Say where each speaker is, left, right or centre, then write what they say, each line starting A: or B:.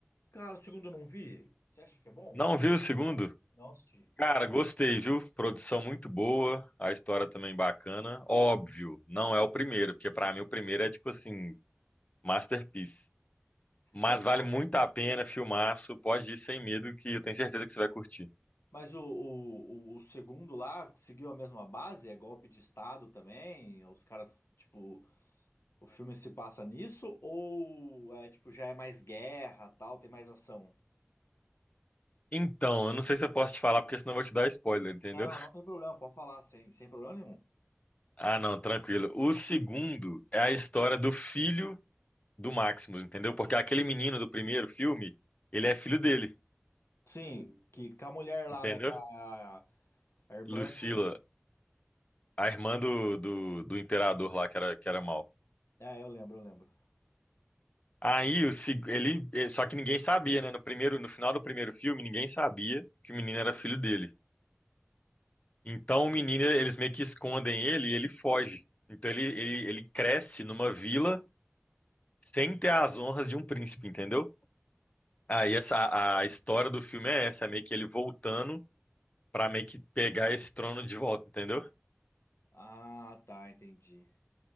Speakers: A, on the left; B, on the left.
A: Cara, o segundo eu não vi. Você acha que é bom?
B: Não viu o segundo?
A: Não assisti.
B: Cara, gostei, viu? Produção muito boa, a história também bacana. Óbvio, não é o primeiro, porque pra mim o primeiro é tipo assim, masterpiece. Mas
A: Então,
B: vale muito a pena, filmaço, pode ir sem medo que eu tenho certeza que você vai curtir.
A: mas o, o, o o segundo lá seguiu a mesma base? É golpe de estado também? Os caras, tipo, O filme se passa nisso ou é tipo já é mais guerra, tal, tem mais ação?
B: Então, eu não sei se eu posso te falar porque senão eu vou te dar spoiler, entendeu?
A: Não, não tem problema, pode falar sem, sem problema nenhum.
B: Ah, não, tranquilo. O segundo é a história do filho do Maximus, entendeu? Porque aquele menino do primeiro filme, ele é filho dele,
A: Sim, que com a mulher lá,
B: entendeu?
A: né? Com a, a irmã
B: Lucila,
A: do.
B: a irmã do, do, do imperador lá que era, que era mal.
A: É, eu lembro, eu lembro.
B: Aí o, seg- ele, eh, só que ninguém sabia, né? No primeiro, no final do primeiro filme, ninguém sabia que o menino era filho dele. Então o menino, eles meio que escondem ele e ele foge. Então ele, ele, ele cresce numa vila sem ter as honras de um príncipe, entendeu? Aí essa, a história do filme é essa, é meio que ele voltando pra meio que pegar esse trono de volta, entendeu?
A: Ah, tá, entendi.